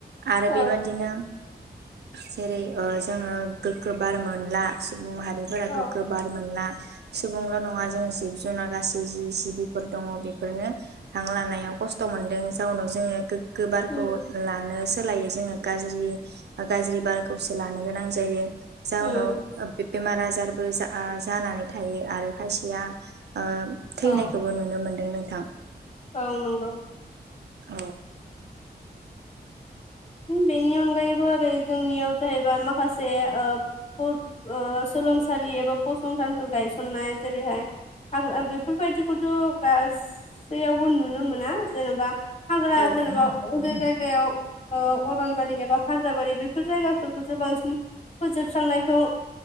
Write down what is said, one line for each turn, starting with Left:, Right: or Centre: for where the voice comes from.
Right: आरो
Left: औ
Right: बेबादिनो जेरै ओ जोङो गोग्गो बार मोनलास माहारिफोरा
Left: औ
Right: गोग्गो बार मोनला सु सुबुंल नङा जों जिब जुनार गासै जि जिबिफोर दङ बेफोरनो हां लानायाव खस्थ' मोनदों जाउनाव जोङो गोग गो बारखौ
Left: उम
Right: लानोस सोलायो जोङो गाज्रि बा गाज्रि बारखौसो लानो गोनां जायो। जाउनाव
Left: उम
Right: ओ बेब बेमार आजारबो जा ओ जानानै थायो आरो खायसेया ओ थैनायखौबो
Left: औ
Right: नुनो मोनदों नोंथां।
Left: औ नंगौ
Right: औ
Left: बेनि अनगायैबो ओरै जोंनियाव जाहैबाय माखासे ओ फर ओ सोलोंसालि एबा फसंथानफोर गायसननाय जेरैहाय हाग्रा बेफोरबायदिखौथ' गासैयावबो नुनो मोना जेन'बा हांग्रा
Right: औ
Left: जेनेबा अबे जायगा बेयाव अरनबारि एबा हाग्राबारि बेफोर जायगाफोरखौसो बांसिन फोजोबस्रांनायखौ